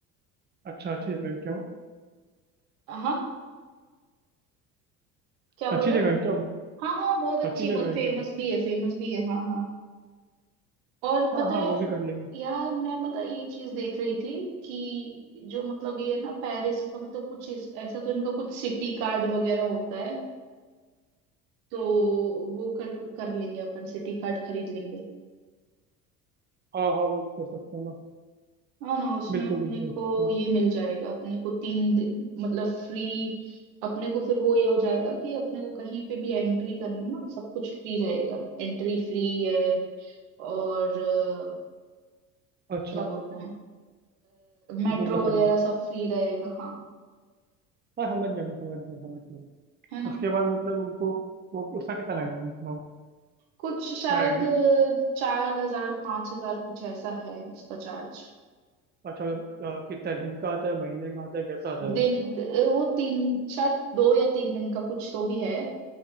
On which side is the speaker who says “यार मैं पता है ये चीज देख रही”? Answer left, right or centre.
Right